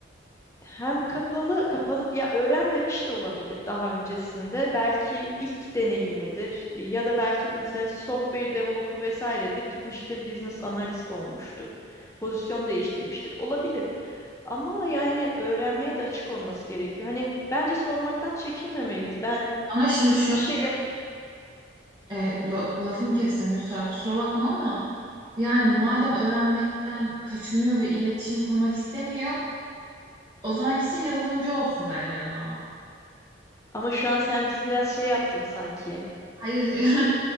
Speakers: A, on the left; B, on the right.
A: Hem kapalı kapalı ya öğrenmemiş de olabilir daha öncesinde. Belki ilk deneyimidir e, ya da belki mesela software developer vesairedir. Gitmiştir business analist olmuştur. Pozisyon değiştirmiştir. Olabilir. Ama yani öğrenmeye de açık olması gerekiyor. Hani bence sormaktan çekinmemeliyiz. Ben
B: Ama şimdi
A: mesela
B: şöyle
A: bir şey yap
B: e, la- lafını kestim Yusra kusura bakma ama yani madem öğrenmekten kaçınıyor ve iletişim kurmak istemiyor o zaman gitsin yazılımcı olsun derler adama.
A: ama şu an sen bizi biraz şey yaptın sanki.
B: Hayır <laughs>